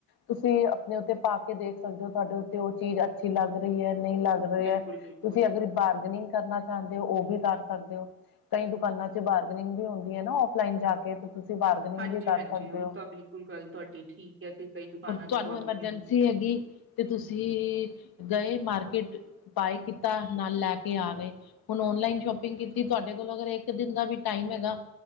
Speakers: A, on the left (about 90°); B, on the right (about 35°).
A: ਤੁਸੀਂ ਆਪਣੇ ਉੱਤੇ ਪਾ ਕੇ ਦੇਖ ਸਕਦੇ ਹੋ ਤੁਹਾਡੇ ਉੱਤੇ ਉਹ ਚੀਜ਼ ਅੱਛੀ ਲੱਗ ਰਹੀ ਹੈ, ਨਹੀਂ ਲੱਗ ਰਹੇ
B: ਬਿਲਕੁਲ,
A: ਹੈ
B: ਬਿਲਕੁਲ।
A: ਤੁਸੀਂ ਅਗਰ ਬਾਰਗਨਿੰਗ ਕਰਨਾ ਚਾਹੁੰਦੇ ਹੋ ਉਹ ਵੀ ਕਰ ਸਕਦੇ ਹੋ ਕਈ ਦੁਕਾਨਾਂ ਚ ਬਾਰ ਗਨਿੰਗ ਵੀ ਹੁੰਦੀ ਹ ਨਾ ਆਫਲਾਈਨ ਜਾ ਕੇ ਤੁਸੀਂ ਬਾਰਗਨਿੰਗ
B: ਹਾਂਜੀ,
A: ਵੀ ਕਰ
B: ਹਾਂਜੀ
A: ਸਕਦੇ
B: ਉਹ
A: ਹੋ
B: ਤਾਂ ਬਿਲਕੁਲ ਗੱਲ ਤੁਹਾਡੀ ਠੀਕ ਹੈ ਕਿ ਕਈ ਦੁਕਾਨਾਂ 'ਚ
A: ਤੁਹਾਨੂੰ
B: ਬੋਰਡ
A: ਐਮਰਜੈਂਸੀ
B: ਨੇ
A: ਹੈਗੀ, ਤੇ ਤੁਸੀਂ ਗਏ ਮਾਰਕੀਟ ਬਾਏ ਕੀਤਾ ਨਾਲ ਲੈ ਕੇ ਆ ਗਏ ਹੁਣ ਔਨਲਾਈਨ ਸ਼ੋਪਿੰਗ ਕੀਤੀ ਤੁਹਾਡੇ ਕੋਲੋਂ ਅਗਰ ਇੱਕ ਦਿਨ ਦਾ ਵੀ ਟਾਈਮ ਹੈਗਾ